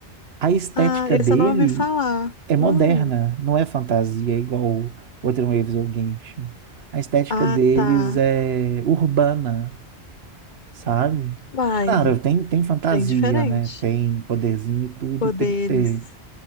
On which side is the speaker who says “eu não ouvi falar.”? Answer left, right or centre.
Left